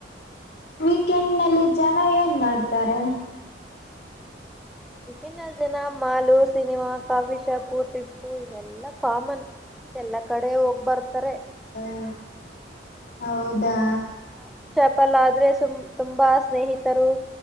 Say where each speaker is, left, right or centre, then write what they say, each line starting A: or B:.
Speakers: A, on the left; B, in the centre.
A: ವೀಕೆಂಡ್ನಲ್ಲಿ ಜನ ಏನ್ ಮಾಡ್ತಾರೆ
B: ಈಗನ್ಲ್ ಜನ ಮಾಲು ಸಿನಿಮಾ ಕಾಫಿ ಶಾಪು ಟಿಪ್ಪು ಇವೆಲ್ಲಾ ಕಾಮನ್ ಎಲ್ಲಾ ಕಡೆ ಹೋಗ್ ಬರ್ತಾರೆ
A: ಹ ಹೌದಾ
B: ತಪ್ಪಲ್ಲ ಆದ್ರೆ ಸುಮ್ ತುಂಬಾ ಸ್ನೇಹಿತರು